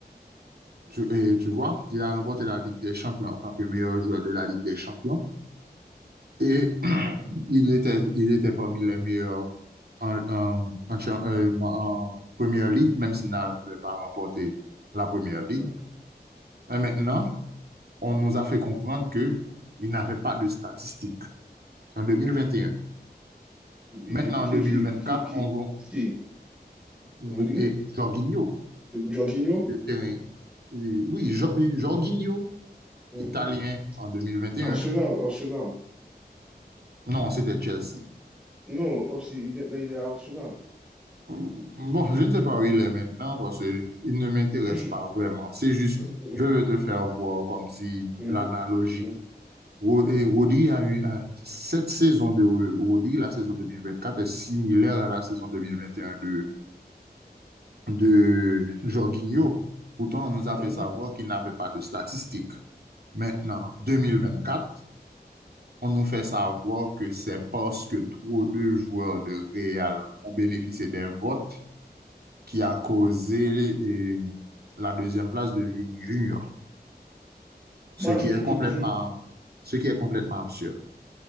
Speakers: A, on the right (about 65°); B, in the centre.
A: Tu, et tu vois, il a remporté la Ligue des Champions en tant que meilleur joueur de la Ligue des Champions. Et <clears throat> il était, il était parmi les meilleurs en, en, en, cha- euh, en en première ligue, même s'il n'avait pas remporté la première ligue.
B: mhm.
A: Mais maintenant, on nous a fait comprendre que il n'avait pas de statistiques en 2021.
B: E-
A: Maintenant,
B: e- Qui,
A: en 2024,
B: qui, qui, qui,
A: on va-
B: qui?
A: nous-
B: Vous dites?
A: et Jorginho,
B: Jorginho?
A: le terrain- euh, oui, Jo- euh, Jorginho,
B: Mhm.
A: italien en 2021.
B: Arsenal, Arsenal.
A: Non, c'était Chelsea.
B: Non, comme si maintenant il est à Arsenal.
A: Bon, je ne sais pas où il est maintenant parce qu'il ne m'intéresse
B: Il joue.
A: pas vraiment. C'est juste,
B: Oui.
A: je veux te faire voir comme si
B: Mhm.
A: l'analogie
B: Mhm.
A: Ro-
B: Mhm.
A: et Rodri a eu un- cette saison de Rodri, la saison 2024 est similaire à la saison 2021 de, de Jorginho. Pourtant, on nous a
B: Mhm.
A: fait savoir qu'il n'avait pas de statistiques. Maintenant, 2024, on nous fait savoir que c'est parce que trop de joueurs de Real ont bénéficié des votes qui a causé euh, la deuxième place de Vini Junior, ce
B: Moi,
A: qui
B: je,
A: est complètement,
B: je, je-
A: ce qui est complètement absurde.